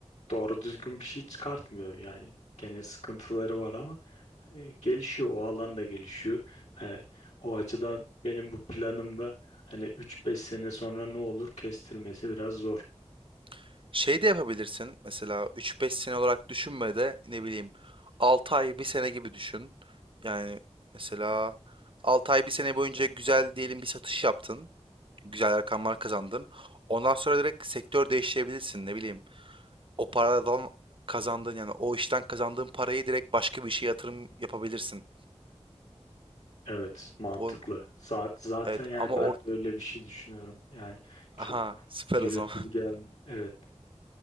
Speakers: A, on the left (about 75°); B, on the right (about 50°).
A: doğru düzgün bir şey çıkartmıyor yani. Gene sıkıntıları var ama e, gelişiyor o alan da gelişiyor. Hani o açıdan benim bu planımda hani üç beş sene sonra ne olur kestirmesi biraz zor.
B: <laughs> şey de yapabilirsin. Mesela üç beş sene olarak düşünme de ne bileyim 6 ay bir sene gibi düşün. Yani mesela 6 ay bir sene boyunca güzel diyelim bir satış yaptın. Güzel rakamlar kazandın. Ondan sonra direkt sektör değiştirebilirsin ne bileyim. O paradan kazandığın yani o işten kazandığın parayı direkt başka bir işe yatırım yapabilirsin.
A: Evet, mantıklı.
B: Bu
A: Zaten, zaten
B: evet
A: yani
B: ama
A: ben
B: or
A: de öyle bir şey düşünüyorum. Yani çok
B: aha süper
A: yürür
B: o zaman.
A: gibi
B: <laughs>
A: gelmiyor. Evet.